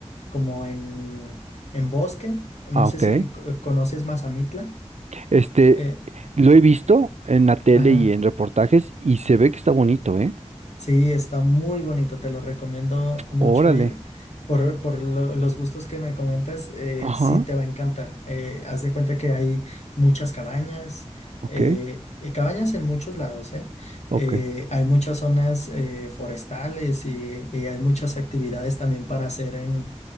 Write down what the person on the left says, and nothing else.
como en, en bosque. No
sé
si co- conoces Mazamitla.
Eh,
ajá.
Sí, está muy bonito, te lo recomiendo mucho
ir. Por, por lo- los gustos que me comentas, eh,
sí te va a encantar. Eh, haz de cuenta que hay muchas cabañas,
eh, y cabañas en muchos lados, ¿eh? Eh,
hay muchas zonas eh, forestales y, y hay muchas actividades también para hacer en,